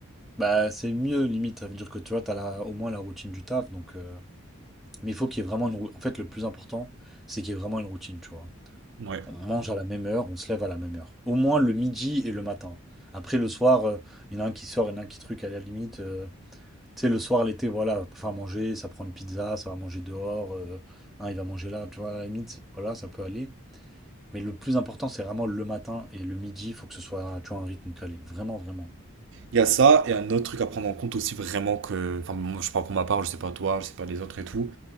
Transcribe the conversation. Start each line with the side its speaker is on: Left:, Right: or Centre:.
Centre: Bah, c'est mieux, limite. Ça veut dire que tu vois, t'as la... au moins la routine du taf, donc... euh, Mais il faut qu'il y ait vraiment une routine. En fait, le plus important, c'est qu'il y ait vraiment une routine, tu vois.
Right: Ouais.
Centre: On mange à la même heure, on se lève à la même heure. Au moins le midi et le matin. Après, le soir, euh, il y en a un qui sort, il y en a un qui truc à la limite. euh, tu sais, le soir, l'été, voilà, pour faire manger, ça prend une pizza, ça va manger dehors. euh, un, il va manger là, tu vois, à la limite, voilà, ça peut aller. Mais le plus important, c'est vraiment le matin et le midi, il faut que ce soit, tu vois, un rythme calé. Vraiment, vraiment.
Right: Il y a ça, et un autre truc à prendre en compte aussi vraiment que, enfin, moi, je parle pour ma part, je sais pas toi, je sais pas les autres et tout,